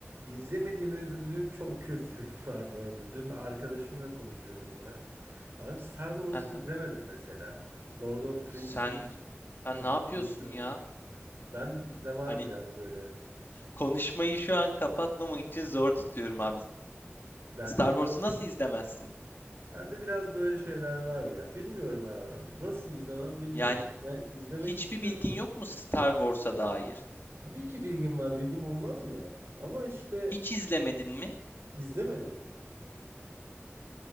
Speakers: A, on the right; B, on the left.
A: İzlemediğime üzüldüğüm çok kült film var bu arada. Dün arkadaşımla konuşuyordum yine. Abi Star Wars'u
B: Aha.
A: izlemedim mesela. Lord of the
B: Sen
A: Rings'in
B: sen
A: hepsini
B: ne yapıyorsun
A: izlemedim.
B: ya?
A: Ben de var
B: Hani
A: biraz böyle.
B: konuşmayı şu an kapatmamak için zor tutuyorum abi.
A: Bende
B: Star
A: biraz
B: Wars'u nasıl izlemezsin?
A: bende biraz böyle şeyler var ya. Bilmiyorum abi. Nasıl izlemem bilmiyorum.
B: Yani
A: Yani izlemek
B: hiçbir
A: istiyorum
B: bilgin
A: ama.
B: yok mu Star Wars'a dair?
A: Tabii ki bilgim var. Bilgim olmaz mı? Ama işte
B: Hiç izlemedin mi?
A: izlemedim.